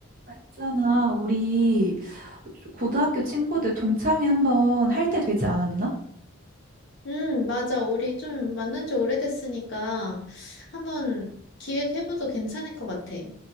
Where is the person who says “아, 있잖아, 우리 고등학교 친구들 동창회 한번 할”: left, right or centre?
Right